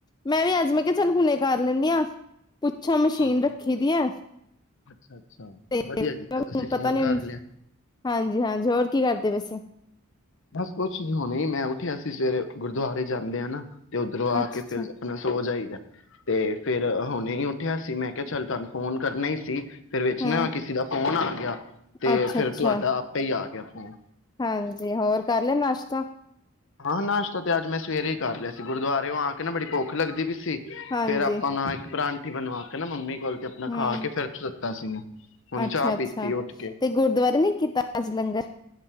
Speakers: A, on the left; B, on the left.
A: ਮੈਂ ਵੀ ਅੱਜ ਮੈਂ ਚੱਲ ਹੁਣੇ ਕਰ ਲੈਂਣੀ ਆਾਂ ਪੁੱਛੋ ਮਸ਼ੀਨ
B: ਹਾਂ
A: ਰੱਖੀ ਦੀ ਆ
B: ਅੱਛਾ-ਅੱਛਾ
A: ਤੇ
B: ਵਧੀਆ ਕੀਤਾ ਤੁਸੀਂ ਫੋਨ
A: ਪਤਾ ਨੀ
B: ਕਰ
A: ਹ
B: ਲਿਆ।
A: ਹਾਂਜੀ ਹਾਂਜੀ ਹੋਰ ਕੀ ਕਰਦੇ ਵ ਅਸੀਂ
B: ਬਸ ਕੁਛ ਹੋਣੀ ਮੈਂ ਉੱਠਿਆ ਸੀ ਸਵੇਰੇ ਗੁਰਦੁਆਰੇ ਜਾਂਦੇ ਆ ਨਾ ਤੇ ਉੱਧਰੋਂ ਆ
A: ਅੱਛਾ
B: ਕੇ
A: ਅੱਛਾ
B: ਫਿਰ ਆਪਣਾ ਸੋ ਜਾਈਦਾ ਤੇ ਫੇਰ ਹੁਣੇ ਉੱਠਿਆ ਸੀ ਮੈਂ ਕਿਹਾ ਚੱਲ ਤੁਹਾਨੂੰ ਫੋਨ ਕਰਨਾ ਹੀ ਸੀ ਜੀ ਫਿਰ ਵਿੱਚ
A: ਹਮ
B: ਨਾ ਕਿਸੇ ਦਾ ਫੋਨ ਗਿਆ ਤੇ
A: ਅੱਛਾ
B: ਫੇਿਰ
A: ਅੱਛਾ
B: ਤੁਹਾਡਾ ਆਪੇ ਹੀ ਆ ਨਹੀਂ
A: ਹਾਂਜੀ ਹੋਰ ਕਰ ਲੈ ਨਾਸ਼ਤਾ
B: ਹਾਂ ਨਾਸ਼ਤਾ ਤੇ ਅੱਜ ਮੈਂ ਸਵੇਰੇ ਹੀ ਕਰ ਲਿਆ ਗੁਰਦੁਆਰੇ ਆ ਦੇਖ ਆ ਕੇ ਨਾ ਬੜੀ ਭੁੱਖ ਲੱਗਦੀ ਵੀ ਸੀ
A: ਹਾਂਜੀ
B: ਫੇਰ ਆਪਾਂ ਨਾ ਇੱਕ ਪ੍ਰਾਂ ਕੁਛ ਬਲਕੀ ਕੇ ਆਪਣਾ
A: ਹਮ
B: ਖਾ ਕੇ ਫਿਰ ਸੀਗਾ ਹੁਣ
A: ਅੱਛਾ
B: ਚਾਹ
A: ਅੱਛਾ
B: ਪੀਤੀ ਉੱਠ ਕੇ
A: ਤੇ ਗੁਰਦੁਆਰੇ ਨੇ ਕੀਤਾ ਸੀ ਲੰਗਰ